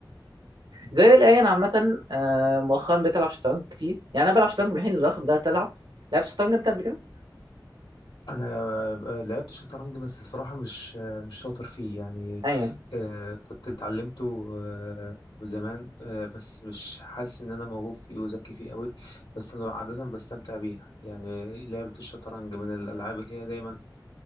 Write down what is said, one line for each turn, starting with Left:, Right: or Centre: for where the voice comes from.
Right: زي الآن عامة آه، مؤخرا بتلعب شطرنج كتير يعني أنا بلعب شطرنج من الحين للآخر بدأت ألعب لعبت شطرنج أنت قبل كده؟
Left: انا آه، لعبت شطرنج بس الصراحه مش آه، مش شاطر فيه يعني
Right: أيوه
Left: آه، كنت اتعلمته آه، من زمان آه، بس مش حاسس ان انا موهوب فيه وذكي فيه قوي بس انا عاده بستمتع بيها يعني لعبه الشطرنج من الالعاب اللي هي دايما